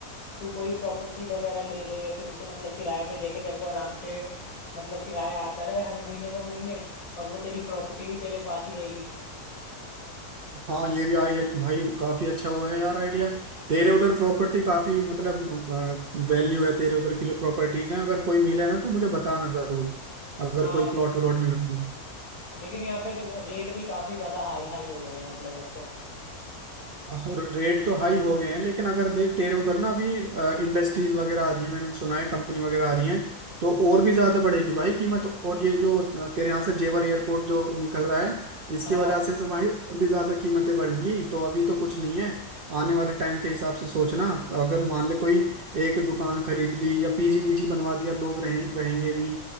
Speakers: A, on the left; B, on the right.
A: तू कोई प्रॉपर्टी वगैरह ले ले फिर उसे मतलब किराए पे दे के तेरे को आराम से मतलब किराया आता रहे हर महीने का महीने और वो तेरी प्रॉपर्टी भी तेरे पास ही रहेगी
B: हाँ ये भी आई भाई काफी अच्छा वो है यार आइडिया तेरे उधर प्रॉपर्टी काफी मतलब वैल्यू है तेरे उधर की जो प्रॉपर्टीज हैं अगर कोई मिले ना तो मुझे बताना जरूर
A: हाँ
B: अगर कोई प्लॉट व्लॉट मिल रहा है
A: लेकिन यहाँ पे रेट भी काफी ज्यादा हाई हाई हो गए हैं मतलब अब तो
B: और रेट तो हाई हो गए हैं लेकिन अगर देख तेरे उधर ना अभी इंडस्ट्रीज वगैरह आ रही है मैंने सुना है कंपनी वगैरह आ रही है तो और भी ज्यादा बढ़ेगी भाई कीमत और ये जो अ, तेरे यहाँ से जेवर एयरपोर्ट जो निकल रहा है इसकी
A: हाँ
B: वजह से तो भाई और भी ज्यादा कीमतें बढ़ेंगी तो अभी तो कुछ नहीं है आने वाले टाइम के हिसाब से सोचना अगर मान ले कोई एक दुकान खरीद ली या पीजी वीजी बनवा दिया लोग रहें रहेंगे भी